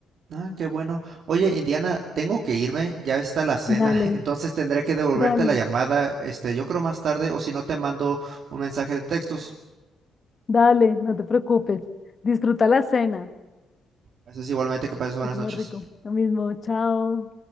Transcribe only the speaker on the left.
Dale,
dale.
Dale, no te preocupes. Disfruta la cena
y come
rico. Lo mismo, chao.